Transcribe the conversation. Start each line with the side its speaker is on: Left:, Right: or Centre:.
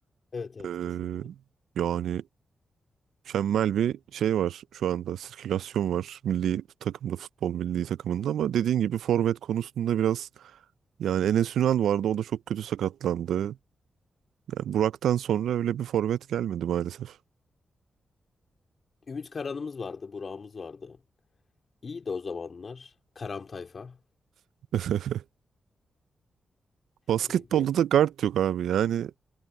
Left: Evet evet
Right: Ee,
Left: kesinlikle.
Right: yani mükemmel bir şey var şu anda. Sirkülasyon var milli takımda, futbol milli takımında ama dediğin gibi forvet konusunda biraz yani Enes Ünal vardı o da çok kötü sakatlandı. Yani Burak'tan sonra öyle bir forvet gelmedi maalesef.
Left: Ümit Karan'ımız vardı. Burak'ımız vardı. İyiydi o zamanlar. Karam Tayfa.
Right: <laughs> Basketbolda
Left: İyiydi.
Right: da guard yok abi. Yani